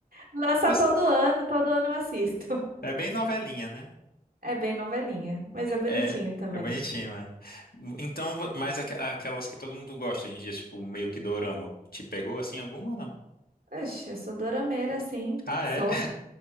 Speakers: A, on the right; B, on the left.
A: Lança
B: Mas
A: todo ano, todo ano eu assisto. <laughs>
B: É bem novelinha, né?
A: É bem novelinha, mas é bonitinho
B: É,
A: também.
B: é bonitinho, né? Então, vo- mas aqu- aquelas que todo mundo gosta hoje em dia, tipo, meio que dorama, te pegou assim alguma ou não?
A: Oxe, eu sou dorameira, sim.
B: Ah,
A: Sou.
B: é?